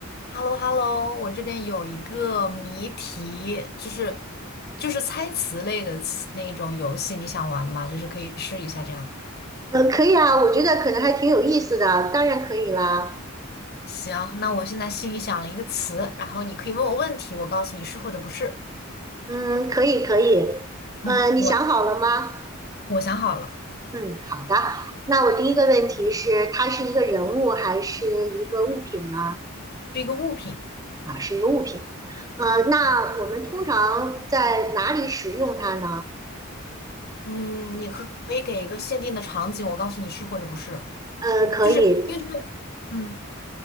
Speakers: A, on the left; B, on the right.
A: h e l l o h e l l o 我这边有一个谜题，就是就是猜词类的词那种游戏，你想玩吗？就是可以试一下这样。
B: 嗯，可以啊，我觉得可能还挺有意思的，当然可以啦。
A: 行，那我现在心里想了一个词，然后你可以问我问题，我告诉你是或者不是。
B: 嗯，可以可以。
A: 嗯，
B: 呃，你想好了吗？
A: 我我想好了，
B: 嗯，好的。那我第一个问题是，它是一个人物还是一个物品呢？
A: 是一个物品。
B: 啊，是一个物品。呃，那我们通常在哪里使用它呢？
A: 嗯，你可可以给一个限定的场景，我告诉你是或者不是，
B: 呃，可以。
A: 就是因为这个，嗯，